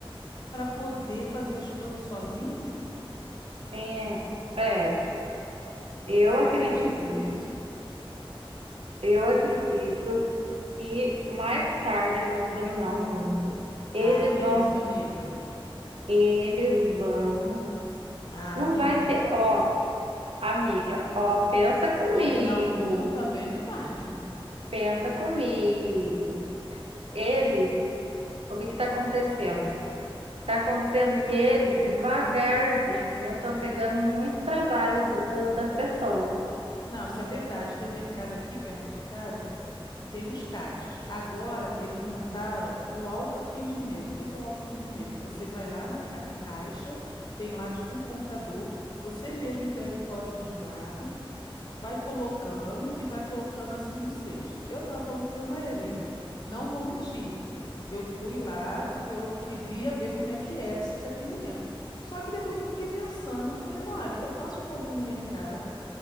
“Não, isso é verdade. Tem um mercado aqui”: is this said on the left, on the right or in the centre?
Left